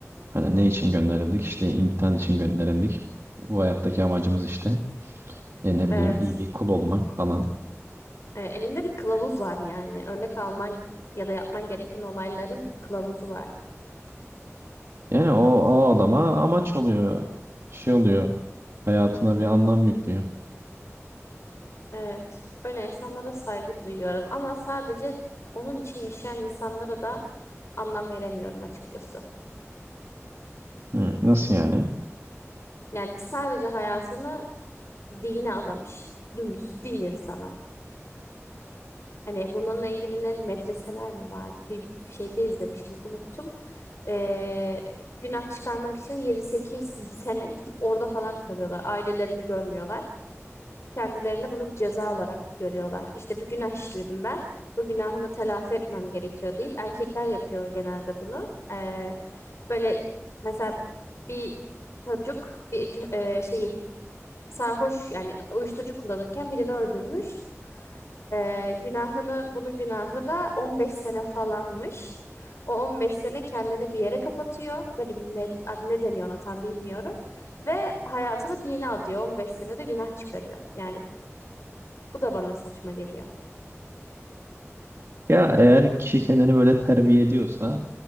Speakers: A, on the right; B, on the left.
A: Hani ne için gönderildik? İşte imtihan için gönderildik. Bu hayattaki amacımız işte e ne bileyim
B: Evet.
A: iyi bir kul olmak falan.
B: E, elinde bir kılavuz var yani. Örnek alman ya da yapman gereken olayların bir kılavuzu var.
A: Yani o, o adama amaç oluyor. Şey oluyor. Hayatına bir anlam yüklüyor.
B: Evet, öyle insanlara saygı duyuyorum ama sadece onun için yaşayan insanlara da anlam veremiyorum açıkçası.
A: Hı, nasıl yani?
B: Yani sadece hayatını dine adamış, dümdüz din insanı. Hani bununla ilgili ne medreseler mi vardı? Bir şeyde izlemiştim, unuttum. Ee, günah çıkarmak için yedi sekiz sene gidip orada falan kalıyorlar. Ailelerini görmüyorlar. Kendilerine bunu bir ceza olarak görüyorlar. İşte bir günah işledim ben. Bu günahımı telafi etmem gerekiyor deyip erkekler yapıyor genelde bunu. Ee, böyle mesela bir çocuk bir ç- e, şeyi sarhoş yani uyuşturucu kullanırken birini öldürmüş. Ee, günahını bunun günahı da 15 sene falanmış. O 15 sene kendini bir yere kapatıyor. Böyle bir med ne deniyor ona tam bilmiyorum. Ve hayatını dine adıyor. 15 sene de günah çıkarıyor. Yani bu da bana saçma geliyor.
A: Ya eğer kişi kendini böyle terbiye ediyorsa